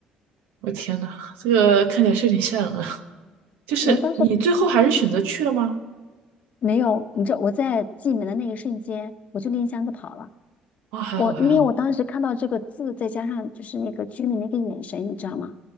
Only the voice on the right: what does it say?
我天呐，这个看起来是有点吓人啊，就是你最后还是选择去了吗？
啊、还好还好，